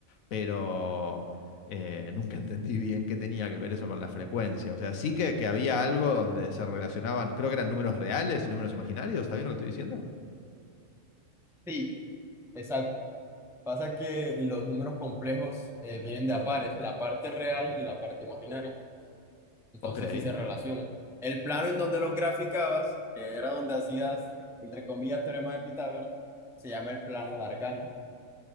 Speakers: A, on the left; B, in the centre.
A: pero eh, nunca <laughs> entendí bien qué tenía que ver eso con la frecuencia. O sea, sí que, que había algo donde se relacionaban, creo que eran números reales y números imaginarios, ¿está bien lo que estoy diciendo?
B: Sí, exacto. Pasa que los números complejos eh, vienen de a pares, la parte real y la parte imaginaria. Entonces,
A: Ok.
B: sí se relacionan. El plano en donde los graficabas, que era donde hacías, entre comillas, teorema de Pitágoras, se llama el plano de Argand.